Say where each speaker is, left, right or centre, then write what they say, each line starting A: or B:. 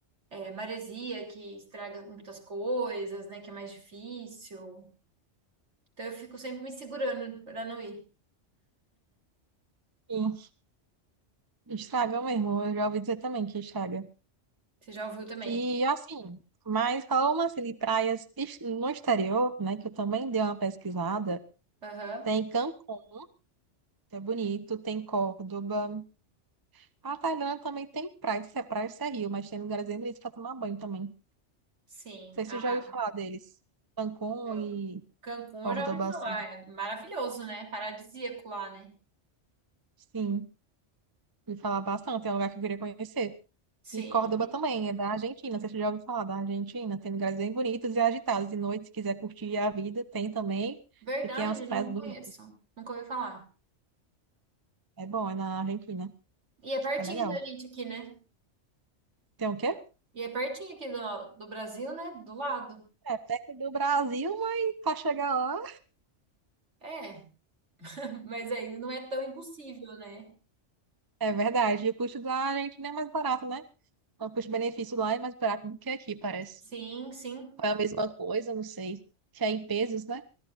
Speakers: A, on the right; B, on the right.
A: é, maresia, que estraga muitas coisas, né? Que é mais difícil. Então eu fico sempre me segurando para não ir.
B: Sim, estraga mesmo. Eu já ouvi dizer também que estraga.
A: Você já ouviu também?
B: E assim, mas falando assim de praias ex- no exterior, né, que eu também dei uma pesquisada,
A: Aham,
B: tem Cancún, que é bonito, tem Córdoba. A Tailândia também tem praia, se é praia, se é rio, mas tem lugares bem bonitos para tomar banho também. Não
A: sim.
B: sei se
A: Ah,
B: você já ouviu falar deles. Cancún
A: não.
B: e
A: Cancún
B: Córdoba,
A: eu já ouvi falar,
B: assim.
A: é maravilhoso, né? Paradisíaco lá, né?
B: Sim, ouvi falar bastante, é um lugar que eu queria conhecer.
A: Sim.
B: E Córdoba também, é da Argentina. Você já ouviu falar da Argentina? Tem lugares bem bonitos e agitados. De noite, se quiser curtir a vida, tem também.
A: Verdade,
B: E tem as praias
A: não
B: bonitas.
A: conheço. Nunca ouvi falar.
B: É bom, é na Argentina.
A: E é pertinho
B: É legal.
A: da gente aqui, né?
B: Tem o quê?
A: E é pertinho aqui do, do Brasil, né? Do lado.
B: É perto do Brasil, mas para chegar lá.
A: É, <laughs> Mas ainda não é tão impossível, né?
B: É verdade. E o custo da Argentina é mais barato, né? Então, O custo-benefício lá é mais barato do que aqui, parece.
A: sim, sim.
B: Ou É a mesma coisa, não sei. Que é em pesos, né?